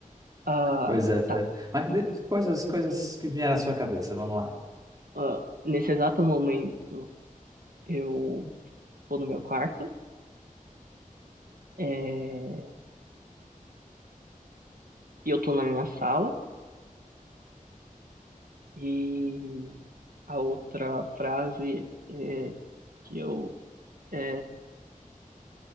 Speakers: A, on the right; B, on the right.
A: Ah,
B: Pois é, pois
A: tá.
B: é. Mas de- coisas, coisas que vieram à sua cabeça, vamos lá.
A: Ah, nesse exato momento, eu tô no meu quarto, é, e eu tô na minha sala, e a outra frase é que eu é,